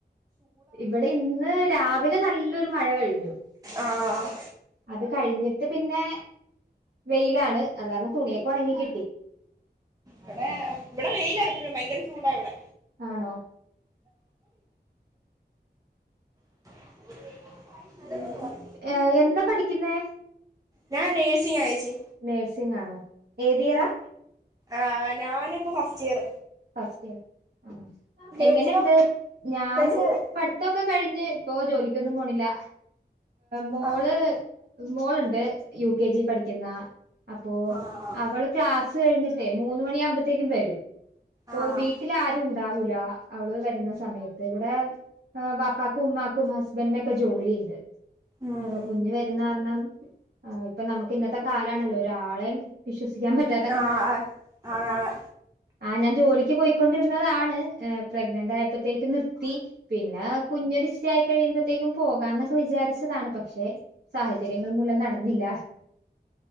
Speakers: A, on the right; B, on the right.
A: ഇവിടെ ഇന്ന് രാവിലെ നല്ലൊരു മഴ കഴിഞ്ഞു
B: ആഹ് ആഹ്
A: അത് കഴിഞ്ഞിട്ട് പിന്നെ വെയിലാണ് അത് കാരണം തുണിയൊക്കെ ഉണങ്ങി കിട്ടി
B: ഇവിടെ ഇവിടെ വെയില എപ്പഴും ഭയങ്കര ചൂടാ ഇവിടെ
A: ആണോ
B: ഉം
A: ഏ എന്താ പഠിക്കുന്നേ.
B: ഞാൻ നേർസിങ്ങ ആയിച്ചി
A: നേഴ്സിംഗ് ആണോ ഏതിയറാ
B: ആഹ് ഞാനിപ്പോ ഫസ്റ്റ് ഇയർ
A: ഫസ്റ്റ് ഇയർ ആഹ്
B: ചേച്ചിയോ
A: എങ്ങനെണ്ട് ഞാന്
B: ചേച്ചി ആഹ്
A: പഠിത്തമൊക്കെ കഴിഞ്ഞ് ഇപ്പൊ ജോലിക്കൊന്നും പോണില്ല മോള്
B: ആഹ്
A: മോളുണ്ട് യു കെ ജി പഠിക്കുന്ന അപ്പോ
B: ആഹ്
A: അവള് ക്ലാസ് കഴിഞ്ഞിട്ടേ മൂന്ന് മണിയാകുമ്പോത്തേക്കും വരും അപ്പൊ
B: ആഹ്
A: വീട്ടിൽ ആരും ഉണ്ടാവൂല അവള് വരുന്ന സമയത്ത് ഇവിടെ ബാപ്പാക്കും ഉമ്മാക്കും ഹസ്ബന്റി നൊക്കെ ജോലിണ്ട്
B: ഉം
A: അപ്പൊ കുഞ്ഞ് വരുന്ന കാരണം ആഹ് ഇപ്പ നമുക്ക് ഇന്നത്തെ കാലാണല്ലോ ഒരാളം വിശ്വസിക്കാൻ പറ്റ്
B: ആഹ് ആണാണ്
A: ആഹ് ഞാൻ ജോലിക്ക് പോയിക്കൊണ്ടിരുന്നതാണ് പ്രഗ്നന്റ് ആയപ്പോഴത്തേക്ക് നിർത്തി പിന്നെ കുഞ്ഞൊഡിസ്റ്റായി കഴിയുമ്പോത്തേക്കും പോകാന്നൊക്കെ വിചാരിച്ചതാണ് പക്ഷെ സാഹചര്യങ്ങൾ മൂലം നടന്നില്ല